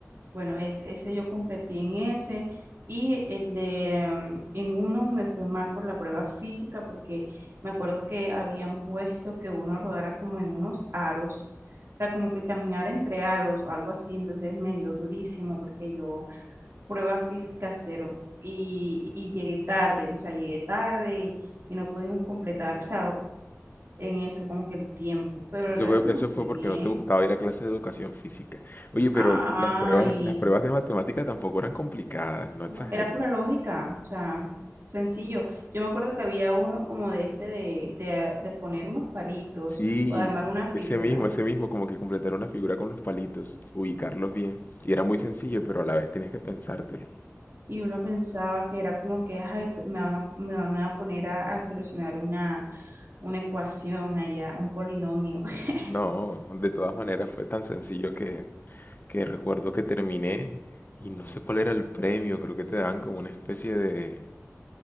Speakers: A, on the right; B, on the left.
A: Bueno, es- ese yo competí en ese y el de mm, en uno me fue mal por la prueba física porque me acuerdo que habían puesto que uno rodara como en unos aros, o sea, como que caminara entre aros o algo así, entonces me dio durísimo porque yo prueba física cero y, y llegué tarde, o sea, llegué tarde y, y no pudimos completar, o sea, en eso como que el tiempo, pero
B: Eso
A: el resto
B: fue,
A: me
B: eso fue
A: fue bien.
B: porque no te gustaba ir a clases de educación física. Oye, pero
A: Ay,
B: las pruebas, las pruebas de matemática tampoco eran complicadas, no
A: no,
B: exageres.
A: era pura lógica, o sea, sencillo. Yo me acuerdo que había uno como de este de, de, de poner unos palitos
B: Sí,
A: o de armar una figura.
B: ese mismo, ese mismo, como que completar una figura con los palitos, ubicarlos bien. Y era muy sencillo, pero a la vez tenías que pensártelo.
A: Y uno pensaba que era como que "Ay, t- me van a, me van a poner a, a solucionar una, una ecuación allá, un polinomio. <laughs>
B: No, de todas maneras fue tan sencillo que, que recuerdo que terminé y no sé cuál era el premio, creo que te daban como una especie de,